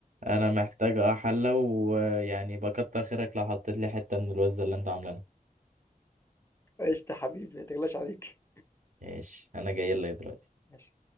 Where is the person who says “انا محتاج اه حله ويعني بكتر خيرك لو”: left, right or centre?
Right